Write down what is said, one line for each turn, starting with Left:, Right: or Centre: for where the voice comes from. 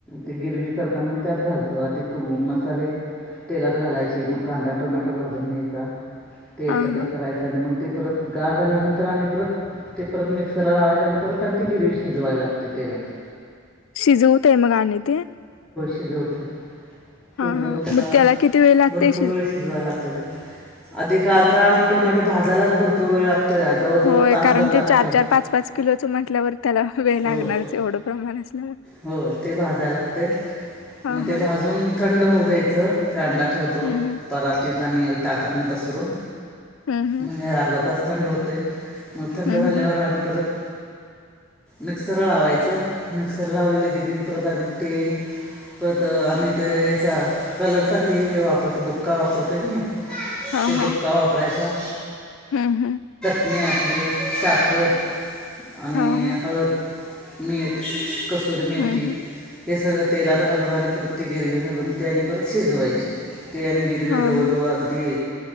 Centre: ते गिरवी करताना मग त्यात घालतो अधिक मसाले तेलात घालायचे मग कांदा टोमॅटो भाजून घ्यायचा ते
Left: हा
Centre: एकत्र
Left: हा
Centre: करायचा आणि मग ते परत गार झाल्यानंतर आणि परत ते परत मिक्सरला लावायचं आणि परत ती गिरवी शिजवायला लागते तेलात
Left: शिजवताय मग आणि ते
Centre: शिजवतय शिजवून
Left: हा हा
Centre: त्याला
Left: मग किती वेळ लागते
Centre: भरपूर वेळ शिजवायला लागतय. आधि कांदा आणि टोमॅटो भाजायलाच भरपूर वेळ लागतो. आहे जवळजवळ
Left: होय
Centre: तासभर
Left: कारण
Centre: लागतं
Left: ते चार
Centre: आहे
Left: चार पाच पाच किलो च म्हटल्यावर त्याला वेळ लागणारच
Centre: होय
Left: एवढं प्रमाण असल्यावर
Centre: हो ते भाजाय लागतय.
Left: हा
Centre: मग ते
Left: हा
Centre: भाजून थंड होऊ द्यायचं फॅनला ठेवतो
Left: हम्म
Centre: परातीत आणि ताटात पसरून
Left: हम्म हम्म
Centre: म्हणजे अर्धा तास थंड होते. मग थंड
Left: हम्म
Centre: झाल्यावर
Left: हम्म हम्म
Centre: आणि परत मिक्सरला लावायचं मिक्सरला लावलेले गिरवी परत आधी तेल परत आम्ही तर हेचा कलर साठी वापरतो बुक्का वापरतोय की नाही.
Left: हा
Centre: ते
Left: हा
Centre: बुक्का वापरायचा.
Left: हम्म हम्म.
Centre: मी आपली साखर आणि
Left: हा हा
Centre: हळद मीठ कसूरमेथी
Left: हम्म हम्म
Centre: हे सगळं तेलात घालून आणि प्रत्येक गिरवी घालून ते आणि परत शिजवायची. ते आणि गिरवे
Left: हा
Centre: जवळजवळ
Left: हा
Centre: अगदी